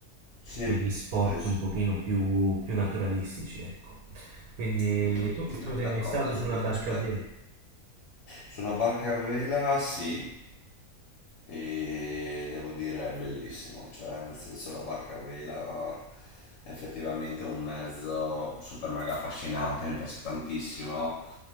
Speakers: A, on the left; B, on the right.
A: Sì,
B: quegli sport
A: sì, sì.
B: un pochino più, più naturalistici, ecco. Quindi
A: Mi, tro-
B: tu,
A: mi
B: tu
A: trovi
B: sei
A: d'accordo
B: mai stato su
A: su
B: una
A: questo
B: barca
A: aspetto.
B: a vela?
A: Su una barca a vela sì, e devo dire è bellissimo, cioè nel senso la barca a vela è effettivamente un mezzo super mega affascinante, mi piace tantissimo,